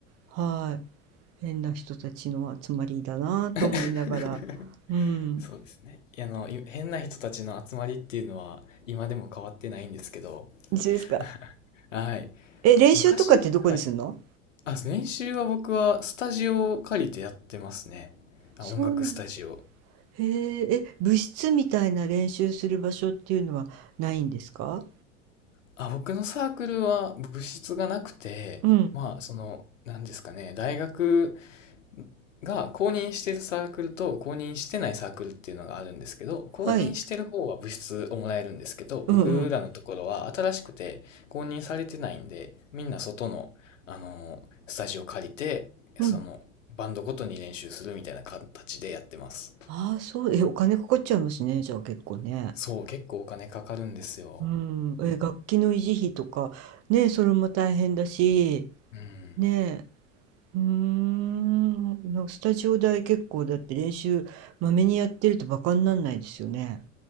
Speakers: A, on the right; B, on the left.
A: はい、変な人たちの集まりだなと思いながら、
B: <laughs>
A: うん。
B: そうですね。いや、あの、い変な人たちの集まりっていうのは今でも変わってないんですけど、
A: 一緒ですか。
B: <laughs> はい。
A: え、練習とかってどこにするの
B: 昔、はい。あ、練習は僕はスタジオを借りてやってますね。あ、
A: そうなんだ。
B: 音楽スタジオ。
A: へえ、え、部室みたいな練習する場所っていうのはないんですか
B: あ、僕のサークルは部室がなくて、
A: うん。
B: まあ、その、なんですかね、大学が公認してるサークルと公認してないサークルっていうのがあるんですけど、公認してる方は部室をもらえるんですけど、
A: はい。うんうん。
B: 僕らのところは新しくて公認されてないんで、みんな外の、あのースタジオ借りて、
A: うん。
B: そのバンドごとに練習するみたいな形でやってます。
A: ああ、そう。え、お金かかっちゃいますね。じゃあ結構ね。
B: そう、結構お金かかるんですよ。
A: うん。え、楽器の維持費とか、ね、それも大変だし、
B: うん。
A: ねえ、うーん、なんかスタジオ代結構だって練習まめにやってるとバカになんないですよね。